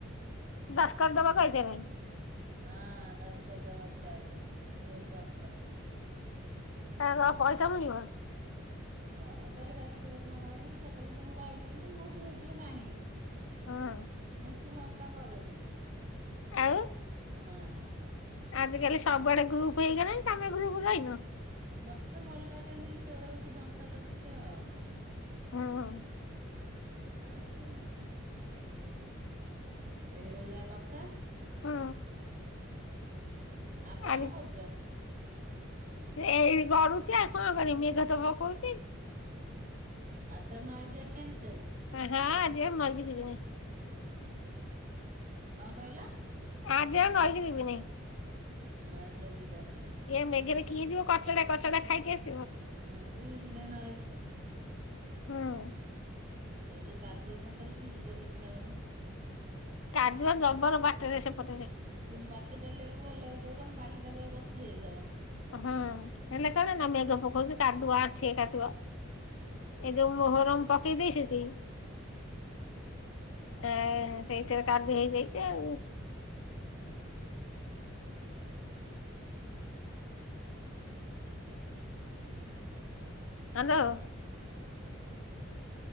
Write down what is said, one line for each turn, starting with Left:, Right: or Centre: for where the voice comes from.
Left: ଦଶ କରିଦବ କହିଥିଲେ
Right: ହଁ ଦସକତ୍ ଦବାକୁ ସେ ଆଇଥିଲେ ଗ୍ରୁପ୍ ଦସକତ୍।
Left: <unintelligible> ପଇସା ମିଳିବ?
Right: କଣ ପଇସା ଉଠିବ କଣ ହବ ମୁଁ ସେ କଥା ତ ମୁଁ କହିପାରିନି ମୁଁ ଗ୍ରୁପରେ ନାହିଁ।
Left: ହଁ
Right: ମୁ ସେ ସଂସ୍ଥା କରେନି।
Left: ଆଉ
Right: ନାଁ
Left: ଆଜିକାଲି ସବୁଆଡେ ଗ୍ରୁପ ହେଇଗଲାଣି ତମେ ଗ୍ରୁପରେ ରହିନ?
Right: ମତେ ଭଲ ଲାଗେନି ସେ <unintelligible> ଗୋଟେ ସଂସ୍ଥା ଟା ଟିକେ ଆଉ।
Left: ହଁ
Right: ଆଉ ଏଇଭଳିଆ କଥା।
Left: ଉଁ
Right: ଆଉ କଣ
Left: ଆଜି
Right: କରୁଚ?
Left: ଏଇ ଗଡୁଚି ଆଉ କଣ କରିମି। ମେଘ ତ ପକଉଛି।
Right: <unintelligible> ନଈ ଯିବା କ୍ୟାନ୍ସେଲ
Left: ହଁ ଆଜି ଆଉ ନଈ କି ଯିବିନି।
Right: କଣ କହିଲ?
Left: ଆଜି ଆଉ ନଈକି ଯିବିନି।
Right: ନଁ ଗାଜିିବାରନି
Left: ଇଏ ମେଘରେ କିଏ ଯିବ କଚଡ଼ା କଚଡ଼ା ଖାଇକି ଆସ୍
Right: ଏ ମୁଁ ବି ଯିବିନି ନେଇକି
Left: ହୁଁ
Right: ଏଇ ଯେଉଁ କାଦୁ ପଙ୍କରେ କିଏ ଯିବାକୁ ଇଚ୍ଛା ହଉନି
Left: କାଜୁଆ ଜବର ବାଟରେ ସେପଟେରେ
Right: ବାଟ ଚାଲିବାକୁ ଭଲ ହେଇଥିବ କଣ ବାଲି ଟା ପୁରା ବସି ଯାଇଥିବ।
Left: ହଁ ହେଲେ କଣ ନା ମେଘ ପକୋଉଚି କାଦୁଅ ଆନଠି ଏ କାଦୁଅ ଏଇ ଯୋଉ ମୁୋହରମ ପକେଇ ଦେଇ ସେତି ଏ ସେଇଥିରେ କାର ବି ହେଇଯାଇଛି ଆଉ ହ୍ୟାଲୋ।